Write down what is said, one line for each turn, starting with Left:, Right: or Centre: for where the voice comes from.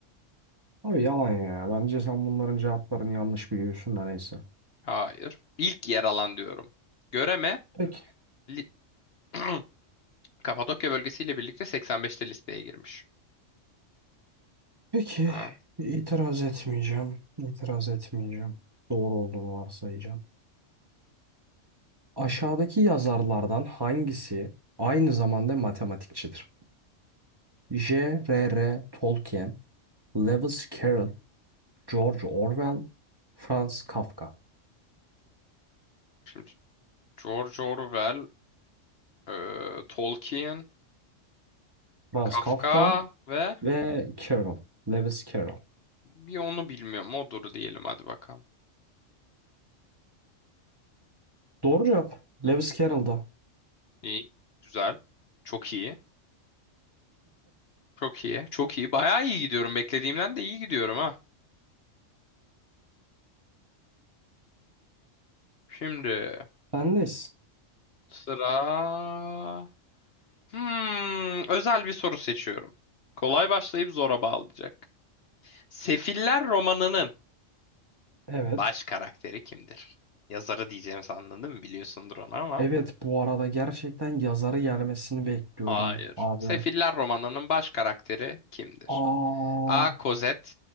Right: Abi yalan ya. Bence sen bunların cevaplarını yanlış biliyorsun da neyse.
Left: <laughs> Hayır. İlk yer alan diyorum. Göreme
Right: Peki.
Left: li- <clears throat> Kapadokya bölgesiyle birlikte 85'te listeye girmiş.
Right: Peki.
Left: Ha.
Right: İtiraz etmeyeceğim. İtiraz etmeyeceğim. Doğru olduğunu varsayacağım. Aşağıdaki yazarlardan hangisi aynı zamanda matematikçidir? J.R.R. Tolkien, Lewis Carroll, George Orwell, Franz Kafka.
Left: Şimdi George Orwell Ee, Tolkien,
Right: Franz
Left: Kafka
Right: Kafka
Left: ve
Right: ve Carroll. Lewis Carroll.
Left: bir onu bilmiyorum. Odur diyelim hadi bakalım.
Right: Doğru cevap. Lewis Carroll'da.
Left: İyi. Güzel. Çok iyi. Çok iyi. Çok iyi. Bayağı iyi gidiyorum. Beklediğimden de iyi gidiyorum ha. Şimdi
Right: Bendeyiz.
Left: sıra... Hmm, özel bir soru seçiyorum. Kolay başlayıp zora bağlayacak. Sefiller romanının
Right: Evet.
Left: baş karakteri kimdir? Yazarı diyeceğim sandın değil mi? Biliyorsundur onu ama.
Right: Evet bu arada gerçekten yazarı gelmesini bekliyordum
Left: Hayır.
Right: abi.
Left: Sefiller romanının baş karakteri kimdir?
Right: Aa.
Left: A. Cosette